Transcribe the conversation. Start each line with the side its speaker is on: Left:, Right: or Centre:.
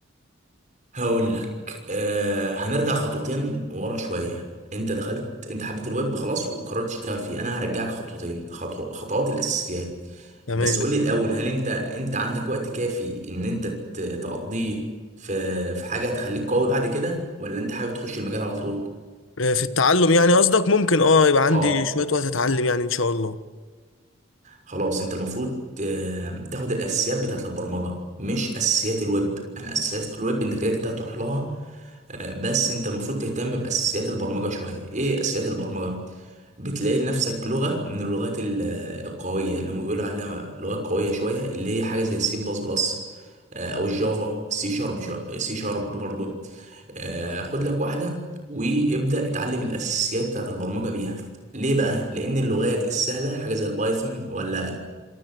Right: هقول لك آه هنرجع خطوتين ورا شوية انت دخلت انت حبيت الويب خلاص وقررت تشتغل فيه انا هرجعك خطوتين خطو... خطوات الاساسيات
Left: تمام
Right: بس قول لي الاول هل انت انت عندك وقت كافي ان انت ت- تقضيه في في حاجة هتخليك قوي بعد كده ولا انت حابب تخش المجال على طول
Left: آه، في التعلم يعني قصدك ممكن اه يبقى عندي
Right: اه
Left: شوية وقت اتعلم يعني ان شاء الله
Right: خلاص انت المفروض آه، تاخد الاساسيات بتاعت البرمجه مش اساسيات الويب يعني اساسيات الويب انت كده كده هتروح لها آه، بس انت المفروض تهتم باساسيات البرمجه شويه ايه اساسيات البرمجه بتلاقي لنفسك لغه من اللغات ال- القويه اللي هم بيقولوا عليها لغات قويه شويه اللي هي حاجه زي السي بلس بلس او الجافا سي شارب سي شارب برضه آه، خد لك واحده وابدا اتعلم الاساسيات بتاعت البرمجه بيها ليه بقى؟ لأن اللغات السهلة حاجة زي البايثون ولا